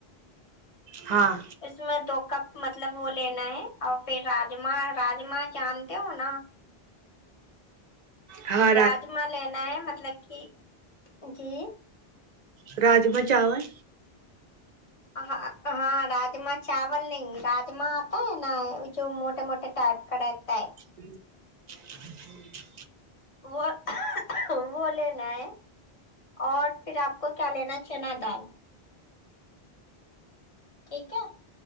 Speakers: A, on the right (about 55°); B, on the left (about 35°).
A: ہاں
B: اس میں دو کپ مطلب وہ لینا ہے اور پھر راجما راجاما جانتے ہو نا
A: ہاں
B: راجما لینا ہے مطلب کہ جی
A: راجما چاول
B: ہاں ہاں راجما چاول نہیں راجما آتا ہے نا جو موٹے موٹے ٹائپ کڑات ہے
A: <unintelligible>
B: وہ وہ لینا ہے اور پھر آپ کو کیا لینا ہے چنا دال ٹھیک ہے